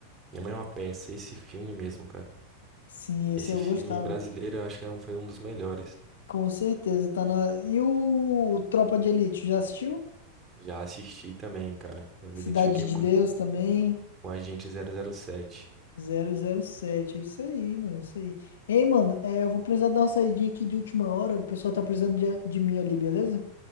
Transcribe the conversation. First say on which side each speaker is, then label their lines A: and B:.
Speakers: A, on the right (about 20°); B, on the left (about 65°).
A: Minha Mãe é uma Peça, esse filme mesmo, cara.
B: Sim,
A: Esse
B: esse aí eu
A: filme
B: gostava.
A: brasileiro, eu acho que é um- foi um dos melhores.
B: Com certeza, tá na. E o Tropa de Elite, já assistiu?
A: Já assisti também, cara. Eu
B: Cidade
A: me identifiquei muito
B: de Deus
A: com,
B: também.
A: com Agente zero zero sete
B: 007, é isso aí, mano, é isso aí. Ei, mano, é, eu vou precisar dar uma saidinha aqui de última hora. O pessoal tá precisando de, de mim ali, beleza?